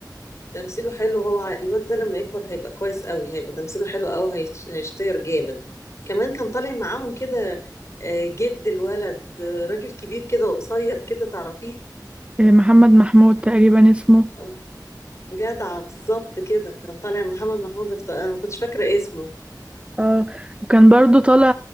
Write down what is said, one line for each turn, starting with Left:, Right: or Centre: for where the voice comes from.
Left: تمثيله حلو هو ع- الواد ده لما يكبر هيبقى كويس قوي هيبقى تمثيله حلو قوي هيش- هيشتهر جامد كمان كان طالع معاهم كده آه، جد الولد آه، راجل كبير كده وقصير كده تعرفيه
Right: إيه، محمد محمود تقريبا اسمه
Left: اه جدع بالظبط كده كان طالع محمد محمود افت... انا ما كنتش فاكره اسمه
Right: اه وكان برضو طالع